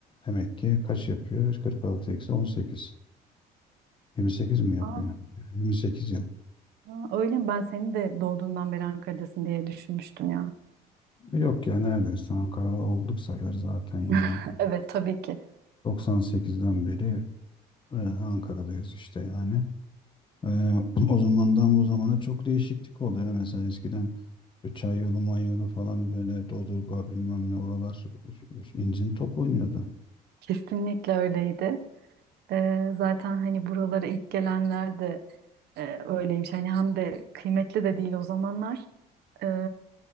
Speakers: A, on the left; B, on the right.
A: Demek ki kaç yapıyor? 46 eksi 18. 28 mi yapıyor?
B: Aa,
A: 28 yıl.
B: aa, öyle mi? Ben seni de doğduğundan beri Ankara'dasın diye düşünmüştüm ya.
A: Yok ya neredeyse Ankaralı olduk sayılır zaten yani.
B: <laughs> Evet tabii ki.
A: 98'den beri Ee, Ankara'dayız işte yani. Ee, <clears throat> o zamandan bu zamana çok değişiklik oldu. ya. Mesela eskiden bir çay yolu, may yolu falan böyle Dodurga bilmem ne oralar incin top oynuyordu.
B: Kesinlikle öyleydi. Ee, zaten hani buralara ilk gelenler de e, öyleymiş. Hani hem de kıymetli de değil o zamanlar. Ee,